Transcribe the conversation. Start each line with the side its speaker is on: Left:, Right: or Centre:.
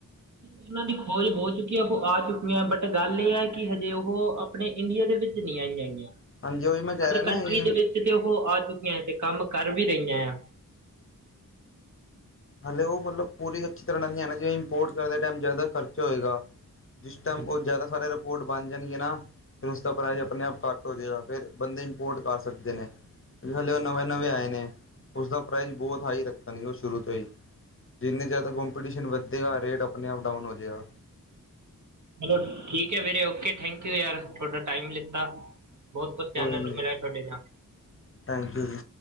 Right: ਉਹਨਾਂ ਦੀ ਖੋਜ ਹੋ ਚੁੱਕੀ ਹੈ ਉਹ ਆ ਚੁੱਕੀਆਂ ਬਟ ਗੱਲ ਇਹ ਹੈ। ਕਿ ਹਜੇ ਉਹ ਆਪਣੇ ਇੰਡੀਆ ਦੇ ਵਿੱਚ ਨਹੀਂ ਆਈ ਹੈਗੀਆਂ।
Left: ਹਾਂਜੀ ਉਹੀ ਮੈਂ ਕਹਿ
Right: ਅਦਰ
Left: ਰਿਹਾ ਨਾ
Right: ਕੰਟਰੀ
Left: ਇਹ
Right: ਦੇ ਵਿੱਚ ਤੇ ਉਹ ਆ ਚੁੱਕੀਆਂ ਤੇ ਕੰਮ ਕਰ ਵੀ ਰਹੀਆਂ ਆ।
Left: ਹਲੇ ਉਹ ਮਤਲਬ ਪੂਰੀ ਅੱਛੀ ਤਰ੍ਹਾਂ ਨਾਲ ਹੈ ਨਾ ਜਿਵੇਂ ਇੰਪੋਰਟ ਕਰਦੇ ਟਾਈਮ ਜ਼ਿਆਦਾ ਖਰਚਾ ਹੋਏਗਾ। ਜਿਸ
Right: ਹਾਂਜੀ
Left: ਟਾਈਮ ਉਹ ਜ਼ਿਆਦਾ ਸਾਰੇ। ਪੋਰਟ ਬਣ ਜਾਣਗੇ ਨਾ ਫਿਰ ਉਸਦਾ ਪ੍ਰਾਈਜ਼ ਆਪਣੇ ਆਪ ਘੱਟ ਹੋ ਜਾਵੇਗਾ ਫਿਰ ਬੰਦੇ ਇੰਪੋਰਟ ਕਰ ਸਕਦੇ ਨੇ। ਨਾਲੇ ਉਹ ਨਵੇਂ ਨਵੇਂ ਆਏ ਨੇ ਉਸਦਾ ਪ੍ਰਾਈਜ਼ ਬਹੁਤ ਹਾਈ ਰੱਖਣਗੇ ਉਹ ਸ਼ੁਰੂ ਤੋਂ ਹੀ। ਜਿੰਨੀ ਜ਼ਿਆਦਾ ਕੋਂਪੀਟੀਸ਼ਨ ਵੱਧੇਗਾ ਰੇਟ ਆਪਣੇ ਆਪ ਡਾਊਨ ਹੋ ਜਾਵੇਗਾ।
Right: ਚਲੋ ਠੀਕ ਹੈ ਵੀਰੇ ਓਕੇ, ਥੈਂਕ ਯੂ ਯਾਰ, ਤੁਹਾਡਾ ਟਾਈਮ ਲਿੱਤਾ। ਬਹੁਤ ਕੁਛ
Left: ਕੋਈ
Right: ਜਾਨਣ
Left: ਨਹੀਂ
Right: ਨੂੰ ਮਿਲਿਆ ਤੁਹਾਡੇ ਨਾਲ।
Left: ਥੈਂਕ ਯੂ ਜੀ।